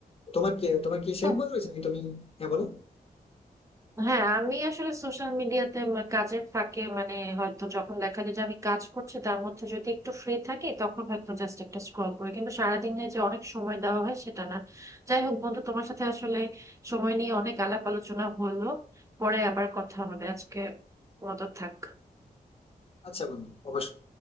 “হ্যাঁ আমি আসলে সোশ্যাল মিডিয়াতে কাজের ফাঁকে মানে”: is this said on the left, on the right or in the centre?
Right